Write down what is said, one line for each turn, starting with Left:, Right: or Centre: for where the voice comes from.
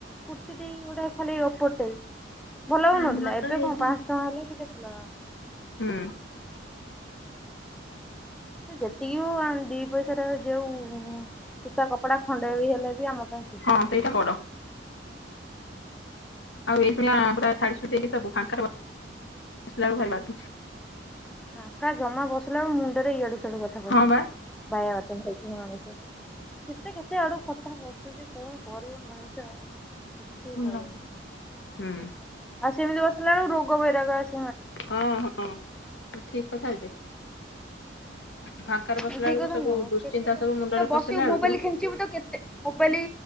Centre: କୁର୍ତ୍ତିଟେଇ ଗୋଟେ ଖାଲି ଓପରଟେ ଭଲ ହଉନଥିଲା
Left: ଆମର
Centre: ଏବେ
Left: ହେଇଛି
Centre: କଣ ପାଂସ ଟଙ୍କା ହେଲେ ଟିକେ ଭଲ
Left: ହୁଁ
Centre: ସେ ଯେତିକି ହଉ ଆ ଦି ପଇସାରେ ଯେଉ ସୂତା କପଡା ଖଣ୍ଡେ ବି ହେଲେ ବି ଆମ ପାଇଁ ଖୁସି।
Left: ହଁ ସେଇଟା ବଡ ଆଉ ଏଇସୁଣିଆ ପୁରା ଛାଡି ଛୁଡିି ଦେଇକି ସବୁ ଫାଙ୍କରେ ବ ସିଲା ବେଳୁକୁ ଭାରି ବାଧୁଚି
Centre: ଫାଙ୍କା ଜମା ବସିଲା ବେଳୁ ମୁଣ୍ଡେରେ ଇଆଡୁ ସିଆଡୁ କଥା ପଶୁଚି
Left: ହଁ ବା।
Centre: ବାୟାବାତୁଳା ହେଇଯିବ ମଣିଷ କେତେ କେତେ ଆଡୁ କଥା ପଶୁଚି କଣ କରିବ ମଣିଷ କିଛି
Left: ପୂର୍ଣ୍ଣମତି
Centre: କହି ହଉନି
Left: ହୁଁ
Centre: ଆଉ ସେମିତି ବସିଲା ବେଳୁ ରୋଗ ବୈରାଗ ଆସ୍
Left: ହଁ ହଁ ଠିକ୍ କଥା ଯେ ଫାଙ୍କାରେ ବସିଲା
Centre: ଏ ଠିକ୍
Left: ବେଳକୁ
Centre: କଥା
Left: ସବୁ
Centre: ନୁହଁ
Left: ଦୁଶ୍ଚିନ୍ତା
Centre: କେତେ କେ
Left: ସବୁ ମୁଣ୍ଡରେ
Centre: ଏ ବସିବୁ
Left: ପଶିଲା ବେଳକୁ
Centre: ମୋବାଇଲ୍ ଖେଞ୍ଚିବୁ ତ କେତେ ମୋବାଇଲି